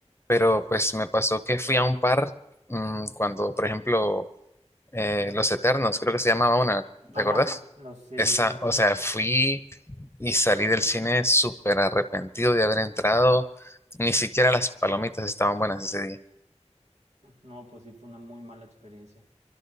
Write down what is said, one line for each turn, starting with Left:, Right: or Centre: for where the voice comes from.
Left: pero pues me pasó que fui a un par mm, cuando, por ejemplo, eh, Los Eternos, creo que se llamaba una,
Right: Ajá,
Left: ¿te acordás?
Right: no, sí,
Left: Esa,
Right: sí, sí.
Left: o sea, fui y salí del cine súper arrepentido de haber entrado. Ni siquiera las palomitas estaban buenas ese día.
Right: No, pues sí fue una muy mala experiencia.